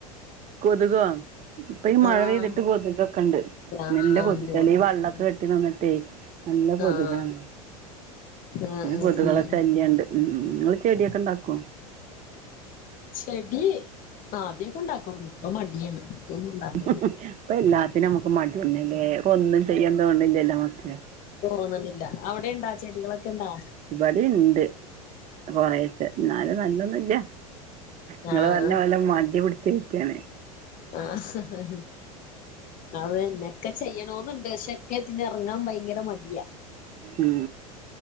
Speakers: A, on the right; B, on the left.
A: കൊതുകോ ഇപ്പ ഈ മഴ
B: ആഹ്
A: പെയ്തിട്ട് കൊതുകൊക്കണ്ട്
B: ആഹ്
A: നല്ല കൊതുശല്യ
B: എന്തോരം
A: ഈ വള്ളക്ക
B: കൊതുകാ.
A: കെ ട്ടി നിന്നിട്ടെ നല്ല കൊതുകാണ്
B: ആഹ് ആഹ്
A: ന്നെ
B: ആഹ്
A: കൊതുകള
B: ആഹ്
A: ശല്യണ്ട്. ഉം ങ്ങള് ചെട്യൊക്ക ണ്ടാക്കോ?
B: ചെടി ആദ്യൊക്കണ്ടാക്കും ഇപ്പ മടിയാണ് ഇപ്പൊന്നുണ്ടാക്ക
A: പ്പ എല്ലാത്തിനും അമുക്ക് മട്യന്നല്ലേ പ്പൊന്നും ചെയ്യാൻ തോന്നണില്ലല്ലോ നമുക്ക്.
B: തോന്ന്ണില്ല അവിടെയിണ്ടാ ചെടികളൊക്കയിണ്ടാ?
A: ഇബടിണ്ട് കൊറേച്ചെ ന്നാലും നല്ലൊന്നുല്ല. ങ്ങള്
B: ആഹ്
A: പർഞ്ഞ പോലെ മടി പിടിച്ചിരിക്കാണ്.
B: ആഹഹഹ. അത്ന്നെക്കെ ചെയ്യണോന്നുണ്ട് ക്ഷെക്കെ ഇതിനെറങ്ങാൻ ഭയങ്കര മടിയാ.
A: ഉം